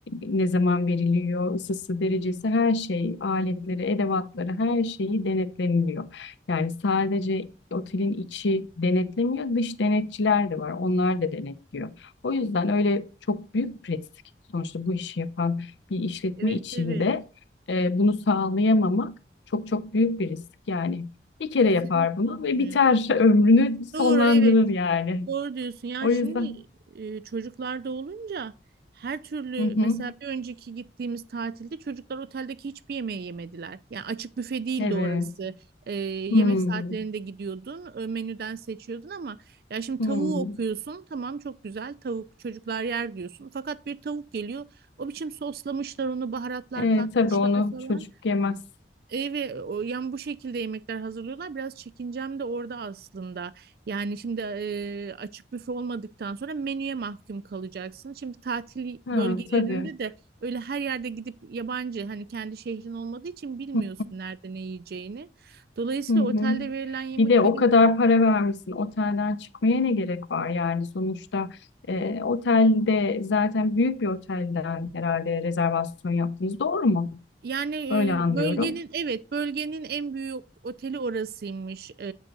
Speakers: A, on the left; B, on the right.
A: ne zaman veriliyor, ısısı, derecesi, her şey, aletleri, edevatları, her şeyi denetleniliyor. Yani sadece otelin içi denetlemiyor, dış denetçiler de var, onlar da denetliyor. O yüzden öyle çok büyük risk sonuçta bu işi yapan bir işletme
B: Evet
A: içinde
B: evet.
A: e, bunu sağlayamamak çok çok büyük bir risk. Yani bir kere
B: Kesinlikle.
A: yapar bunu ve
B: Hı.
A: biter <laughs> ömrünü sonlandırır
B: Doğru evet.
A: yani.
B: Doğru diyorsun. Ya
A: O yüzden.
B: şimdi e, çocuklarda olunca her türlü
A: Hı hı.
B: mesela bir önceki gittiğimiz tatilde çocuklar oteldeki hiçbir yemeği yemediler. Yani açık büfe değildi
A: Evet.
B: orası. E, yemek
A: Hmm.
B: saatlerinde gidiyordun, ö- menüden seçiyordun ama ya şimdi
A: Hmm.
B: tavuğu okuyorsun. Tamam çok güzel tavuk çocuklar yer diyorsun. Fakat bir tavuk geliyor. O biçim soslamışlar onu baharatlar
A: E,
B: katmışlar
A: tabii onu
B: falan.
A: çocuk yemez.
B: Evet, o, yani bu şekilde yemekler hazırlıyorlar. Biraz çekincem de orada aslında. Yani şimdi e, açık büfe olmadıktan sonra menüye mahkum kalacaksın. Şimdi tatil
A: Ha,
B: bölgelerinde
A: tabii.
B: de öyle her yerde gidip yabancı hani kendi şehrin olmadığı için bilmiyorsun
A: Hı,
B: nerede ne yiyeceğini. Dolayısıyla
A: hı, hı.
B: otelde verilen yemek
A: Bir de o
B: benim
A: kadar para vermişsin. Otelden çıkmaya ne gerek var? Yani sonuçta e, otelde zaten büyük bir otelden herhalde rezervasyon yaptınız. Doğru mu?
B: Yani e,
A: Öyle anlıyorum.
B: bölgenin evet bölgenin en büyük oteli orasıymış. E,